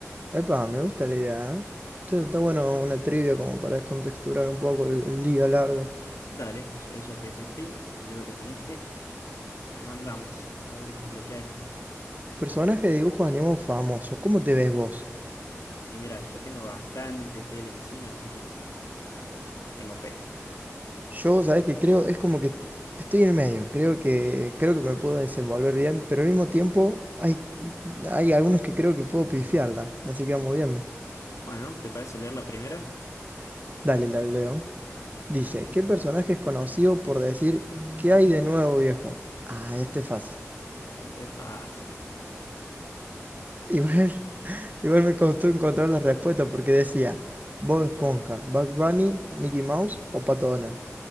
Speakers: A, on the right; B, on the left.
A: Epa, me gusta la idea, ¿eh? Está, está bueno una trivia como para descontexturar un poco el, el día largo.
B: Dale, yo ahí ya te dejé el pin, así que veo que te uniste. Le mandamos a ver qué es lo que hay.
A: Personaje de dibujos animados famoso, ¿cómo te ves vos?
B: Y mira, yo tengo bastante tele encima, así que tengo fe.
A: Yo, ¿sabes qué? Creo, es como que estoy en el medio, creo que, creo que me puedo desenvolver bien, pero al mismo tiempo hay, hay algunos que creo que puedo pifiarla, así que vamos viendo.
B: Bueno, ¿te parece leer la primera?
A: Dale, la leo. Dice,
B: Dale,
A: ¿qué personaje es conocido por decir qué hay de nuevo, viejo? Ah, este es fácil.
B: este es fácil.
A: Igual, <laughs> igual me costó encontrar la respuesta porque decía Bob Esponja, Bugs Bunny, Mickey Mouse o Pato Donald.